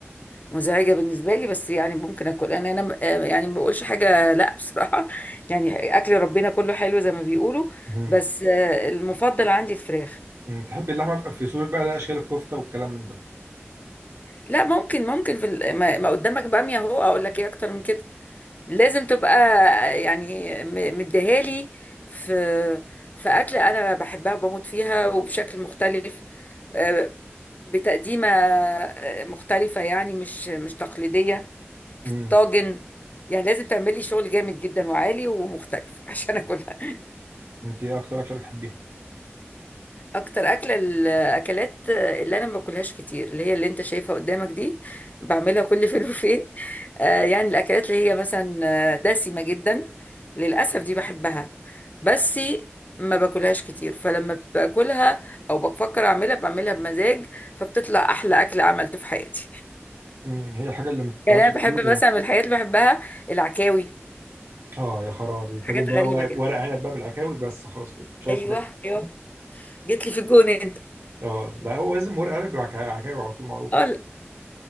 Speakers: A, on the left; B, on the right.
A: مزعجة بالنسبة لي بس يعني ممكن أكل أنا أنا م- آه يعني ما بقولش حاجة لأ بصراحة <laughs> يعني أكل ربنا كله حلو زي ما بيقولوا
B: امم
A: بس آه، المفضل عندي الفراخ
B: أمم. تحبي اللحمه في في صوره بقى ليها اشكال الكفته والكلام من ده
A: لا ممكن ممكن في ال- ما ما قدامك بامية أهو أقول لك إيه أكتر من كده لازم تبقى يعني م- مديهالي في في أكلة أنا بحبها وبموت فيها وبشكل مختلف آه، بتقديمة آه، مختلفة يعني مش مش تقليدية في
B: امم
A: الطاجن يعني لازم تعملي شغل جامد جدا وعالي ومختلف <laughs> عشان أكلها
B: انت ايه اكتر اكله بتحبيها
A: اكتر اكله الاكلات اللي انا ما باكلهاش كتير اللي هي اللي انت شايفها قدامك دي بعملها كل <laughs> فين وفين آه يعني الاكلات اللي هي مثلا آه، دسمه جدا للاسف دي بحبها بس ما باكلهاش كتير فلما باكلها او بفكر اعملها بعملها بمزاج فبتطلع احلى اكل عملته في حياتي
B: امم هي الحاجه اللي
A: <laughs>
B: ما بتتعملش
A: يعني انا بحب
B: كتير
A: مثلا من الحاجات اللي بحبها العكاوي
B: اه يا خرابي
A: حاجات
B: تاكل بقى
A: غريبه
B: ورق
A: كده
B: ورق عنب بقى بالعكاوي بس خلاص كده مش عايز
A: ايوه
B: حاجات تانية
A: ايوه جيت لي في الجون انت
B: اه لا هو لازم ورق عنب بالعكاوي عكاوي على طول معروف
A: اه